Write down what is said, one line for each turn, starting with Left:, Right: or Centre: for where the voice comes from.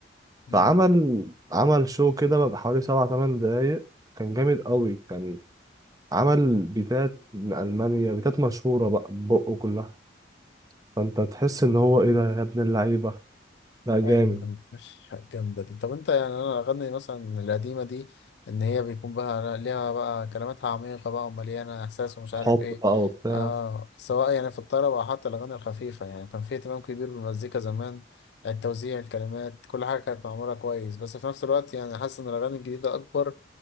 Left: مم.
Right: فعمل عمل شو كده بقى حوالي سبع تمن دقايق كان جامد قوي كان عمل بيتات من المانيا بيتات مشهوره بقى بقه كلها فانت تحس ان هو ايه ده يا ابن اللعيبه لا جامد
Left: ايوه كانت مش جامده دي طب انت يعني انا اغني مثلا القديمه دي ان هي بيكون بقى ليها بقى كلماتها عميقه بقى ومليانه احساس ومش
Right: حب
Left: عارف ايه
Right: بقى وبتاع
Left: آه سواء يعني في الطرب او حتى الاغاني الخفيفه يعني كان في اهتمام كبير بالمزيكا زمان التوزيع الكلمات كل حاجه كانت معموله كويس بس في نفس الوقت يعني حاسس ان الاغاني الجديده اكبر